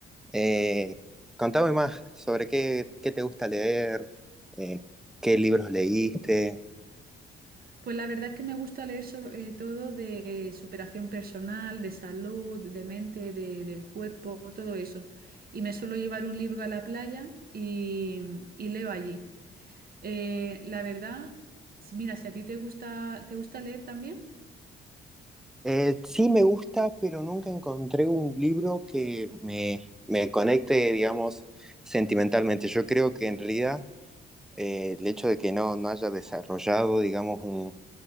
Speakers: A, in the centre; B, on the right.
A: Eh, contame más sobre qué, qué te gusta leer, eh, qué libros leíste.
B: Pues la verdad es que me gusta leer sobre eh, todo de superación personal, de salud, de mente, de- del cuerpo, todo eso. Y me suelo llevar un libro a la playa y, y leo allí. Eh, la verdad, si- mira, si a ti te gusta, ¿te gusta leer también?
A: Eh, sí me gusta, pero nunca encontré un libro que me, me conecte, digamos, sentimentalmente. Yo creo que en realidad eh, el hecho de que no, no haya desarrollado, digamos, un,